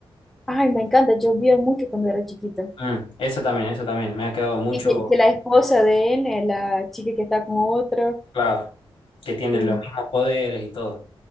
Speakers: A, in the centre; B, on the left.
A: Ay, me encanta. Yo vi mucho cuando era chiquita.
B: Mm, eso también, eso también. Me ha quedado mucho
A: Y que, que la esposa de él, eh, la chica que está con otro.
B: claro. Que tienen
A: Sí.
B: los mismos poderes y todo.